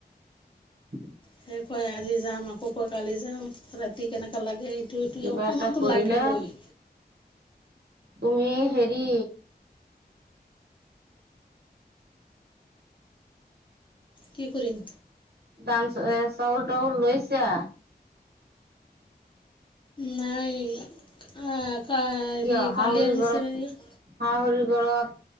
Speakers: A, on the right; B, on the left.
A: <inaudible>
B: সেই কয়, আজি যাম, আকৌ কয়, কালি যাম। ৰাতি কেনেকা লাগে। সেইটো,
A: কিবা
B: অকণমানতো
A: এটা কৰিলে
B: লাগিবই।
A: তুমি সেৰি
B: কি কৰিম?
A: দান, এ, চাউল-তাউল লৈছা?
B: নাই, আঁ কলি-কালি
A: কিয় শাহুৰি
B: আনিছিলে,
A: ঘৰত
B: নেকি।
A: শাহুৰি ঘৰত,